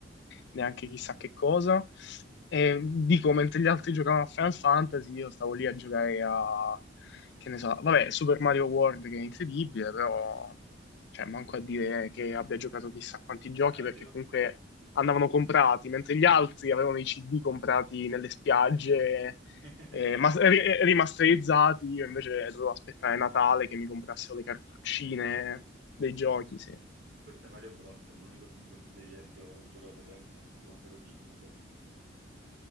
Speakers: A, on the left; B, on the right.
A: neanche chissà che cosa. E dico, mentre gli altri giocavano a Final Fantasy, io stavo lì a giocare a, che ne so, vabbè, Super Mario World che è incredibile, però, cioè, manco a dire che abbia giocato chissà quanti giochi,
B: Eh,
A: perché
B: oddio.
A: comunque andavano comprati, mentre gli altri avevano i CD comprati nelle spiagge,
B: <laughs>
A: eh, mas- ri-
B: Sì,
A: rimasterizzati, io invece dovevo aspettare Natale che mi comprassero le cartuccine
B: il giochino.
A: dei giochi, sì.
B: Forse Mario Bros è l'unico single player che ho giocato realmente quando ero piccolo.